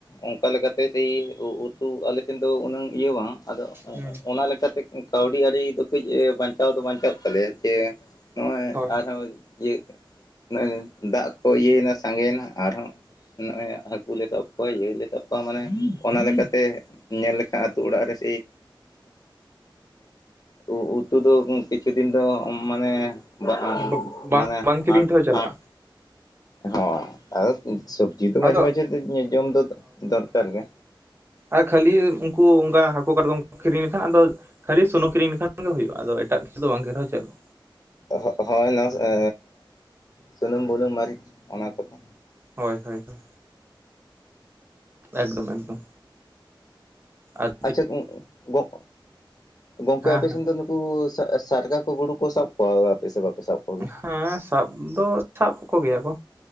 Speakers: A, on the left; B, on the right.
A: ᱚᱱᱠᱟ ᱞᱮᱠᱟᱛᱮ ᱥᱮᱭ ᱩᱼᱩ ᱛᱩ ᱟᱞᱮ ᱥᱮᱱ ᱫᱚ ᱩᱱᱟᱹᱝ ᱤᱭᱟᱹ ᱵᱟᱝ, ᱟᱫᱚ
B: ᱦᱩᱸ
A: ᱚᱱᱟ ᱞᱮᱠᱟᱛᱮ ᱠᱟᱹᱣᱰᱤ ᱟᱹᱨᱤ ᱫᱚ ᱠᱟᱹᱡ ᱵᱟᱧᱪᱟᱣ ᱫᱚ ᱵᱟᱧᱪᱟᱜ ᱛᱟᱞᱮᱭᱟ, ᱡᱮ ᱱᱚᱜᱼᱚᱭ
B: ᱦᱳᱭ
A: ᱟᱨᱦᱚᱸ ᱤᱭᱟᱹ ᱱᱚᱜᱚᱭ ᱫᱟᱜ ᱠᱚ ᱤᱭᱟᱹᱭᱮᱱᱟ ᱥᱟᱸᱜᱮᱭ ᱮᱱᱟ ᱟᱨᱦᱚᱸ ᱱᱚᱜᱼᱚᱭ ᱦᱟᱹᱠᱩ ᱞᱮ ᱥᱟᱵ ᱠᱚᱣᱟ ᱤᱭᱟᱹᱞ ᱞᱮ ᱥᱟᱵ ᱠᱚᱣᱟ ᱢᱟᱱᱮ ᱚᱱᱟ ᱞᱮᱠᱟᱛᱮ ᱧᱮᱞ ᱞᱮᱠᱷᱟᱱ ᱟᱹᱛᱩ ᱚᱲᱟᱜ ᱨᱮ ᱥᱮᱭ ᱩ ᱩᱛᱩ ᱫᱚ ᱠᱤᱪᱷᱩ ᱫᱤᱱ ᱫᱚ ᱢᱟᱱᱮ <unintelligible>
B: ᱵᱟᱝ
A: ᱢᱟᱱᱮ
B: ᱵᱟᱝ ᱠᱤᱨᱤᱧ
A: ᱦᱟᱴ,
B: ᱛᱮᱦᱚᱸ ᱪᱟᱞᱟᱜᱼᱟ
A: ᱦᱟᱴ᱾ ᱦᱚᱸ ᱟᱫᱚ ᱥᱚᱵᱡᱤ ᱫᱚ ᱢᱟᱡᱷᱮ
B: ᱟᱫᱚ
A: ᱢᱟᱡᱷᱮ ᱡᱚᱢ ᱫᱚ ᱫᱚᱨᱠᱟᱨ ᱜᱮ,
B: ᱟ ᱠᱷᱟᱹᱞᱤ ᱩᱱᱠᱩ ᱚᱱᱠᱟ ᱦᱟᱹᱠᱩ ᱠᱟᱴᱠᱚᱢ ᱠᱚ ᱠᱤᱨᱤᱧ ᱞᱮᱠᱷᱟᱱ, ᱟᱫᱚ ᱠᱷᱟᱹᱞᱤ ᱥᱩᱱᱩᱢ ᱠᱤᱨᱤᱧ ᱞᱮᱠᱷᱟᱱ ᱜᱮ ᱦᱩᱭᱩᱜᱼᱟ᱾ ᱟ ᱮᱴᱟᱜ ᱠᱤᱪᱷᱩ ᱵᱟᱝᱤᱨᱦᱚᱸ ᱪᱟᱞᱩᱜ
A: ᱦᱚᱸᱜ ᱦᱩᱭ ᱱᱟᱥ ᱮᱻ ᱥᱩᱱᱩᱢ ᱵᱩᱞᱩᱝ ᱢᱟᱹᱨᱤᱪ ᱚᱱᱟ ᱠᱚᱫᱚ,
B: ᱦᱳᱭ ᱦᱳᱭ ᱦᱳᱭ᱾ ᱮᱠᱫᱚᱢ ᱮᱠᱫᱚᱢ ᱟᱪ
A: ᱟᱪᱪᱷᱟ ᱜᱚᱸᱜ, ᱜᱚᱝᱠᱮ
B: ᱦᱮᱸ
A: ᱟᱯᱮᱥᱮᱱ
B: ᱦᱮᱸ
A: ᱫᱚ ᱠᱩ ᱥᱟᱨᱜᱟ ᱠᱚ ᱜᱩᱰᱩ ᱠᱚ ᱥᱟᱵ ᱠᱚᱯᱮ ᱥᱮ ᱵᱟᱯᱮ ᱥᱟᱵ ᱠᱚᱜᱮᱭᱟ
B: ᱦᱮᱸ ᱥᱟᱵ ᱫᱚ ᱥᱟᱵ ᱠᱚᱜᱮᱭᱟ ᱠᱚ